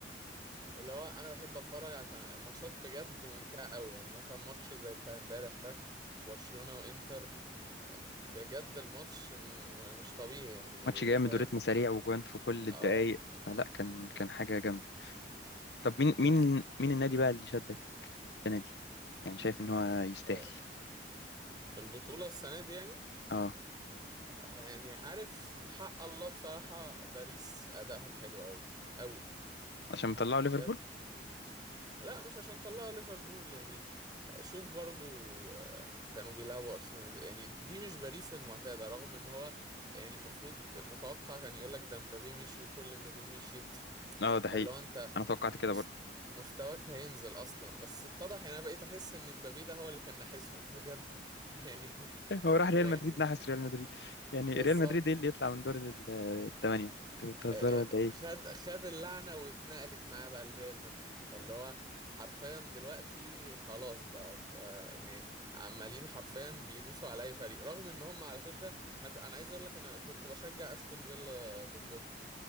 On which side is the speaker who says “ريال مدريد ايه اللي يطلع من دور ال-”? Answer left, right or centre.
Left